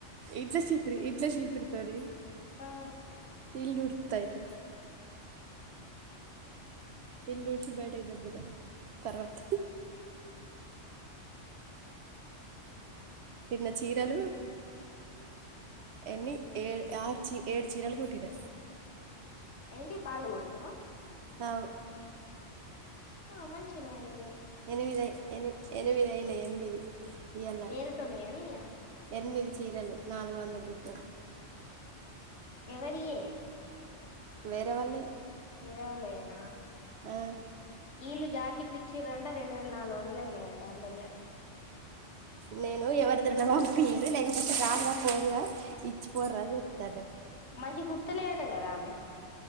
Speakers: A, on the right; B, on the left.
A: ఇంట్ల చీపిరి ఇంట్ల చీపిరితోని
B: ఆ
A: ఇల్లు ఉడుత్త అయితే ఇల్లూడ్చి బయటకి దొబ్బుతా తర్వాత నిన్న చీరలు ఎన్ని ఏ ఆరు చీ ఏడు చీరలు కుట్టిన
B: ఏంటి పాలు కుట్టినవా
A: అవు
B: ఆ మంచిగానే అయి
A: ఎనిమిది అయి ఎని ఎనిమిది అయినయి ఎనిమిది ఇయ్యాల
B: వేరేటోళ్ళయా నీయా
A: ఎనిమిది చీరలు నాలుగు వందల రూపాయలు
B: ఎవరియే
A: వేరే వాళ్ళయి
B: వేరే వాళ్లయేనా
A: ఆ
B: వీళ్ళు జాకెట్ లు ఇచ్చిర్ అంట రెండు వేల నాలుగు వందలు అయినయంట అందరి జాకెట్లు
A: నేను ఎవరిద్దరిన పంపియరు లేకపోతే రాాల పోగా ఇచ్చిపోర అని చెప్తాడు
B: మంచి గుర్తులేదట కదా ఆమె